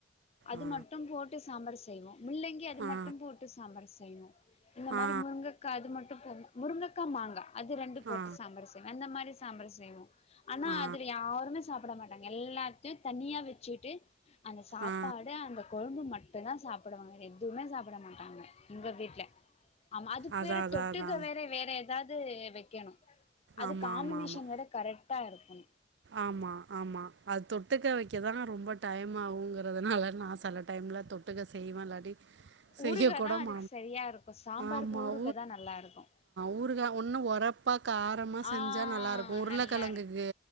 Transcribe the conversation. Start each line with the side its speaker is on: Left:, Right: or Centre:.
Left: அது
Right: ஆ
Left: மட்டும் போட்டு சம்ரஸ் செய்வோ முள்ளங்கி அது
Right: ஆ
Left: மட்டும் போட்டு சாம்பார் செய்வோம் இந்த மாரி
Right: ஆ
Left: முருங்கக்கா அது மட்டும் போ முருங்கக்கா மாங்கா அது ரெண்டு போட்டு
Right: ஆ
Left: சாம்பாரு செய்வே அந்த மாரி சாம்பார் செய்வோம் ஆனா
Right: ஆ
Left: அதுல யாருமே சாப்பிட மாட் நாங்க எல்லாத்தையும் தனியா வச்சுகிட்டு அந்த சாப்பாடு
Right: ஆ
Left: அந்த கொழு ம்பு மட்டும்தான் சாப்புடுவாங்க வேற எதுவுமே சாப்பிட மாட்டாங்க எங்க வீட்ல ஆமா அதுக்கு
Right: அதா
Left: வேற
Right: அதா
Left: தொட்டுக்க
Right: அதா
Left: வேற வேற ஏதாவது ந்து வைக்கணும் அது
Right: ஆமா
Left: காம்பினேஷன்
Right: ஆமா ஆமா
Left: வேற கரெக்ட் டா இருக்குனு
Right: ஆமா ஆமா அது தொட்டுக்க வைக்கதான் ரொம்ப டைம் ஆவுங்கராதுனால நான் செல டைம்ல தொட்டுக்க செய்வேன் இல்லாட்டி செய்யலாம்
Left: ஊறுகா தா அதுக்கு சரியா இருக்கு சாம்பாருக்கு
Right: ஆமாம்
Left: ஊறுகா தா நல்லா இருக்கு
Right: ஊறுகாய் இன்னும் உரைப்பா காரமா செஞ்சா
Left: ஆ
Right: நல்லா இருக்கும் உருளைக்கிழங்குக்கு
Left: நல்லா இருக்கு